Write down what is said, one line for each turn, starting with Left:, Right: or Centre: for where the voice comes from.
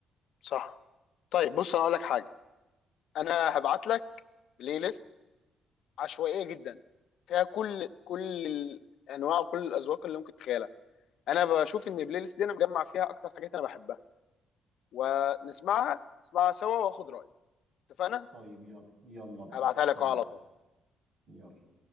Left: صح طيب بص انا اقول لك حاجه انا هبعت لك بلاي ليست عشوائيه جدا فيها كل كل الانواع وكل الاذواق اللي ممكن تتخيلها انا بشوف ان البلاي ليست دي انا مجمع فيها اكتر حاجات انا بحبها ونسمعها نسمعها سوا واخد رايك اتفقنا
Right: طيب يلا يلا بعد
Left: هبعتها لك
Right: تمام
Left: أهو على طول
Right: يلا